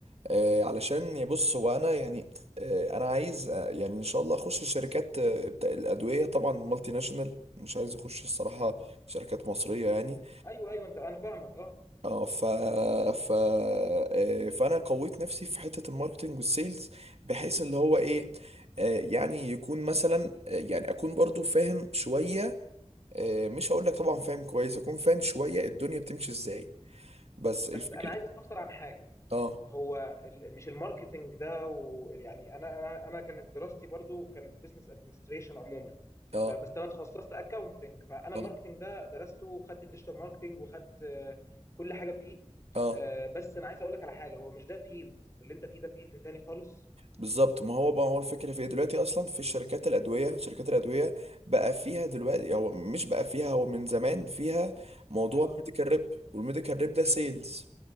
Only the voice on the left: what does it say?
امم
ايوه ايوه انت انا فاهمك اه
بس انا عايز استفسر عن حاجه
هو ال- مش الماركتنج ده و- يعني انا انا انا كانت دراستي برضو كانت بزنس ادمنستريشن عموما
فبس انا اتخصصت اكاونتنج فانا
الماركتنج ده درسته وخدت الديجيتال ماركتنج وخدت آه، كل حاجه فيه
آه، بس انا عايز اقول لك على حاجه هو مش ده فيلد اللي انت فيه ده فيلد تاني خالص
اه